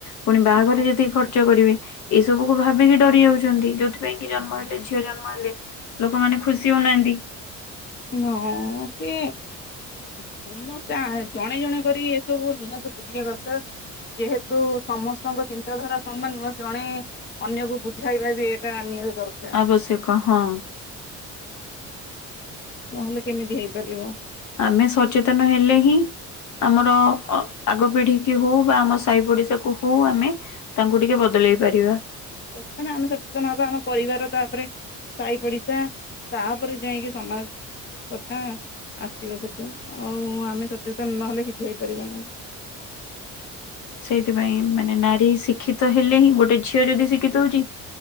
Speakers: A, on the left; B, on the left.
A: ପୁଣି ବାହାଘର
B: ହଁ
A: ଯେତିକି ଖର୍ଚ୍ଚ କରିବେ ଏଇ ସବୁକୁ ଭାବିକି ଡରି ଯାଉଛନ୍ତି ଯୋଉଥି ସେଥିପାଇଁ କି ଜନ୍ମ ହେଲେ, ଝିଅ ଜନ୍ମ ହେଲେ, ଲୋକମାନେ ଖୁସି ହଉନାହାନ୍ତି।
B: ହଁ ସେ ସମସ୍ତେ ଆ ଜଣେ ଜଣେ କରି ଏସବୁ ନିହାତି ବୁଝିବା ଦରକାର। ଯେହେତୁ ସମସ୍ତଙ୍କ ଚିନ୍ତାଧାରା ସମାନ ନୁହ ଜଣେ ଅନ୍ୟକୁ ବୁଝାଇବା ବି ଏଇଟା ନିହାତି ଦରକାର।
A: ଆବଶ୍ୟକ ହଁ।
B: ନହେଲେ କେମିତି ହେଇପାରିବ।
A: ଆମେ ସଚେତନ ହେଲେ ହିଁ। ଆମର ଆଗ ପିଢି କି ହଉ ବା ଆମ ସାହି ପଡିଶାକୁ ହଉ ଆମେ ତାଙ୍କୁ ଟିକେ ବଦଳେଇ ପାରିବା।
B: ପ୍ରଥମେ ଆମେ ସଚେତନ ହବା ଆମ ପରିବାର ତାପରେ ସହି ପଡିଶା ତାପରେ ଯାଇକି ସମାଜ। କଥା ଆସିବ ସେଠୁ ଆଉ ଆମେ ସଚେତନ ନହେଲେ କିଛି ହେଇପାରିବ ନାହିଁ।
A: ସେଇଥିପାଇଁ ମାନେ ନାରୀ ଶିକ୍ଷିତ ହେଲେ ହିଁ ଗୋଟେ ଝିଅ ଯଦି ଶିକ୍ଷିତ ହଉଛି